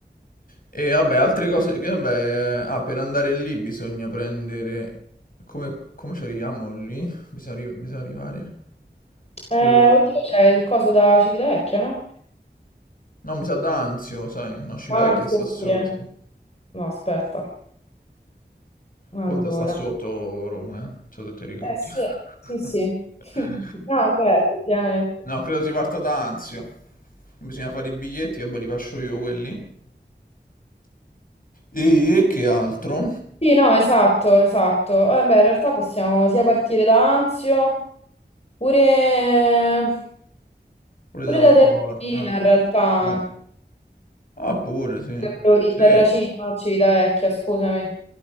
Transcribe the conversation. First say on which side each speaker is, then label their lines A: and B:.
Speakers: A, on the left; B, on the left.
A: E vabbè, altre cose che, vabbè, ah, per andare lì bisogna prendere... Come, come ci arriviamo lì? Bisogna, arri- bisogna arrivare...
B: Eh,
A: Credo-
B: oddio, c'è il coso da Civitavecchia, no?
A: No, mi sa d'Anzio, sai, no, Scilla
B: Anzi,
A: Vecchia sta
B: oppure...
A: sotto.
B: No, aspetta. Allora.
A: Ponte sta sotto Roma, eh. Non so se ti ricordi.
B: Eh sì,
A: <laughs>
B: sì, sì. <laughs> Ah, beh, effettivamente.
A: No, credo si parta da Anzio. Bisogna fare i biglietti, vabbè, li faccio io quelli. E che altro?
B: Sì, no, esatto, esatto. Eh, beh, in realtà possiamo sia partire da Anzio, pure,
A: Pure
B: pure
A: da...
B: da Terracina,
A: Ah,
B: in realtà.
A: no. Ah, pure, sì.
B: Che volevo dire,
A: Sì.
B: Terracina, no, Civitavecchia, scusami.